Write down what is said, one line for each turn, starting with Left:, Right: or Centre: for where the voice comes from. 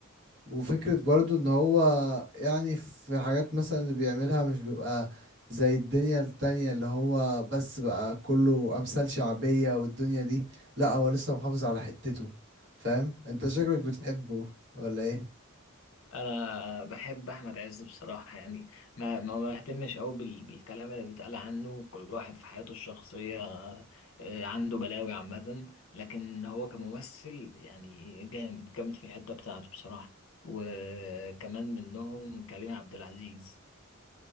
Right: وفكرة برضو ان هو يعني في حاجات مثلا اللي بيعملها مش بيبقى زي الدنيا التانية اللي هو بس بقى كله امثال شعبية والدنيا دي لا هو لسه محافظ على حتته فاهم انت شكلك بتحبه ولا ايه
Left: أنا بحب أحمد عز بصراحة يعني ما ما بهتمش أوي بال- بالكلام اللي بيتقال عنه كل واحد في حياته الشخصية آه، عنده بلاوي عامة لكن هو كممثل يعني جامد جامد في الحتة بتاعته بصراحة وكمان منهم كريم عبد العزيز